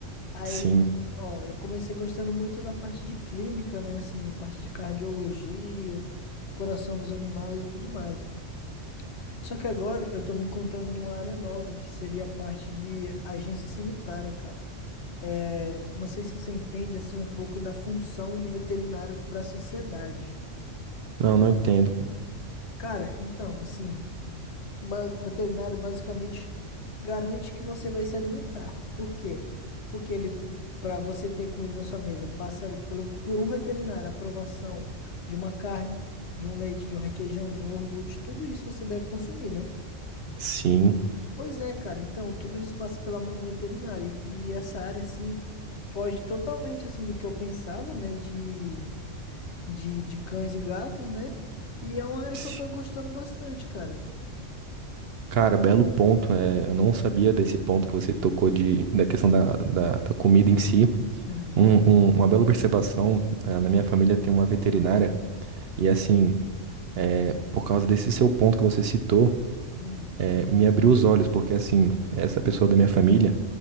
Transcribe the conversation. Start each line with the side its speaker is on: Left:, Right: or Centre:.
Left: Aí,
Right: Sim.
Left: ó, eu comecei gostando muito da parte de clínica, né, assim, de parte de cardiologia, coração dos animais e tudo mais. Só que agora eu tô me encontrando numa área nova, que seria a parte de agência sanitária, cara. É, não sei se você entende, assim, um pouco da função do veterinário pra sociedade.
Right: Não, não entendo.
Left: Cara, então, assim. O ba- o veterinário basicamente garante que você vai se alimentar. Por quê? Porque ele, para você ter comida na sua mesa, passa ali pelo, por um veterinário a aprovação de uma carne, de um leite, de um requeijão, de um iogurte, tudo isso você deve consumir, né?
Right: Sim.
Left: Pois é, cara. Então, tudo isso passa pela mão do veterinário. E, e essa área, assim, foge totalmente, assim, do que eu pensava, né? De, de, de cães e gatos, né? E é uma área
Right: Sim.
Left: que eu tô gostando bastante, cara.
Right: Cara, belo ponto. É, eu não sabia desse ponto que você tocou de, da questão da, da, da comida em si.
Left: Uhum.
Right: Um, um- uma bela observação. eh, na minha família tem uma veterinária. E, assim, é, por causa desse seu ponto que você citou,
Left: Hum.
Right: eh, me abriu os olhos. Porque, assim, essa pessoa da minha família,